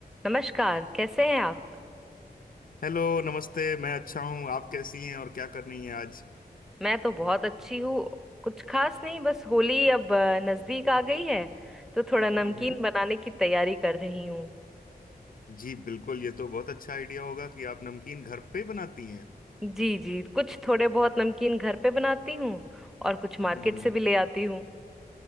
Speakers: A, in the centre; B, on the left.
A: नमस्कार कैसे हैं आप
B: हेलो नमस्ते मैं अच्छा हूँ आप कैसी हैं और क्या करनी है आज
A: मैं तो बहुत अच्छी हूँ कुछ खास नहीं बस होली अब अ, नजदीक आ गई है तो थोड़ा नमकीन
B: हम्म हम्म
A: बनाने की तैयारी कर रही हूँ
B: जी बिल्कुल ये तो बहुत अच्छा आइडिया होगा कि आप नमकीन घर पे बनाती हैं
A: जी जी कुछ थोड़े बहुत नमकीन घर पे बनाती हूँ और कुछ मार्केट
B: हम्म हम्म।
A: से भी ले आती हूँ